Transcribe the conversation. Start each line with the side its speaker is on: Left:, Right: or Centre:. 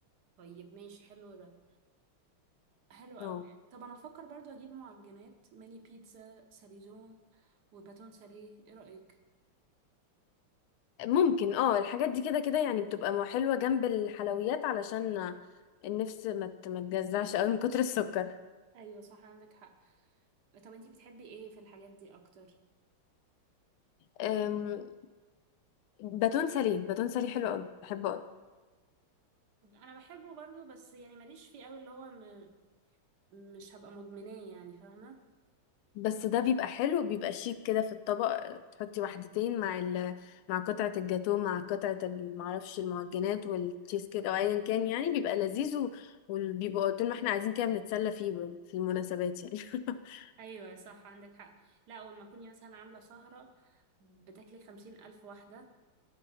Right: طيب ماشي حلو ده حلو قوي
Left: اه
Right: طب انا بفكر برضو اجيب معجنات ماني بيتزا ساليزون وباتون ساليه ايه رأيك
Left: ممكن اه الحاجات دي كده كده يعني بتبقى مو- حلوة جنب الحلويات علشان النفس ما ت- ما تجزعش قوي من كتر السكر
Right: ايوه صح عندك حق طب انتي بتحبي ايه في الحاجات دي اكتر
Left: أم، باتون ساليه باتون ساليه حلو قوي بحبه قوي
Right: انا بحبه برضو بس يعني ماليش فيه قوي اللي هو م... مش هبقى مدمناه يعني فاهمة
Left: بس ده بيبقى حلو بيبقى شيك كده في الطبق تحطي واحدتين مع ال مع قطعة الجاتو مع قطعة ال- معرفش المعجنات والتشيز كيك او ايا كان يعني بيبقى لذيذ و- وبيبقى طول ما احنا قاعدين كده بنتسلى فيه في المناسبات يعني <laughs>
Right: ايوه صح عندك حق لا ولما كوني مثلا عامله سهره بتاكلي خمسين الف واحده